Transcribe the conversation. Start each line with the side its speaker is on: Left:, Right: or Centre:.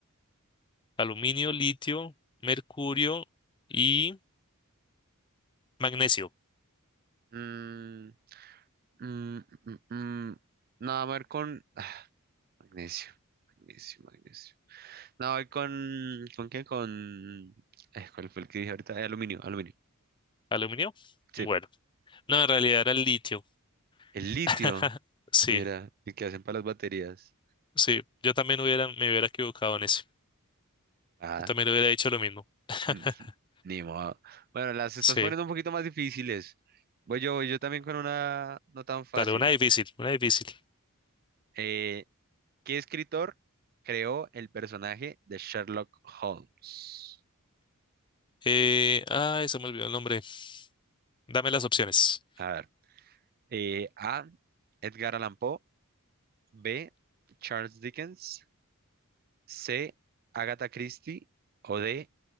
Left: aluminio, litio, mercurio y magnesio.
Right: Mm, Mm, mm, mm. No, a ver con <sighs> magnesio, magnesio, magnesio. No, voy con ¿con qué? Con eh, ¿cuál fue el que dije ahorita? Eh, aluminio, aluminio.
Left: ¿Aluminio?
Right: Sí.
Left: Bueno, no, en realidad era el litio.
Right: El litio,
Left: <laughs>
Right: mira,
Left: Sí,
Right: el que hacen para las baterías.
Left: sí, yo también hubiera, me hubiera equivocado en eso.
Right: Ah,
Left: Yo también hubiera dicho lo mismo. <laughs>
Right: mm, <laughs> ni modo. Bueno, las estás
Left: Sí.
Right: poniendo un poquito más difíciles. Voy yo, voy yo también con una no tan fácil.
Left: Dale, una difícil, una difícil.
Right: Eh, ¿qué escritor creó el personaje de Sherlock Holmes?
Left: Eh, ay, se me olvidó el nombre. Dame las opciones.
Right: A ver. Eh, A. Edgar Allan Poe. B. Charles Dickens. C. Agatha Christie. O D.